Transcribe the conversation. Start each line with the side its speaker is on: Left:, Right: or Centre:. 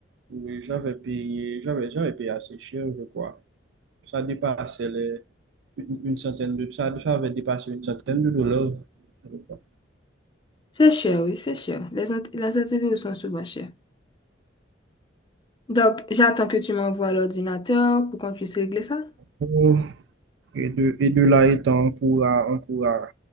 Right: Oui, j'avais payé, j'avais, j'avais payé assez cher, je crois. Ça dépassait les, une, une centaine de, ça, ça avait dépassé une centaine de dollars. je crois.
Left: C'est cher, oui, c'est cher. Les, anti- les antivirus sont souvent chers. Donc, j'attends que tu m'envoies l'ordinateur pour qu'on puisse régler ça.
Right: Oh, Et de, et de là étant, on pourra, on pourra